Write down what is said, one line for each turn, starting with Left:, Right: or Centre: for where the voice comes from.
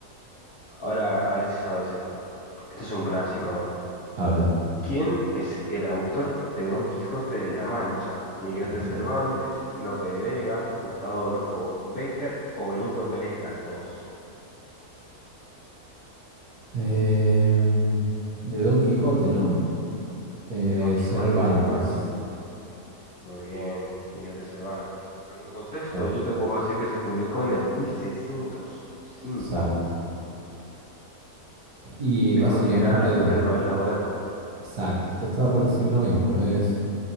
Left: Ahora, a ver si sabes esto. Este es un clásico.
Right: A ver.
Left: ¿Quién es el autor de Don Quijote de la Mancha? ¿Miguel
Right: Ujú.
Left: de Cervantes, Lope de Vega, Gustavo Adolfo Bécquer o Benito Pérez Galdós?
Right: Em, de Don Quijote, ¿no? Eh,
Left: De Don Quijote
Right: Cervantes.
Left: de la Mancha. Muy bien, Miguel de Cervantes. ¿Algún contexto?
Right: Exacto,
Left: Yo te puedo decir que se publicó en el mil seiscientos cinco
Right: exacto. Y
Left: Es
Right: básicamente,
Left: considerada la primera novela moderna.
Right: exacto, trataba por decir lo mismo. Es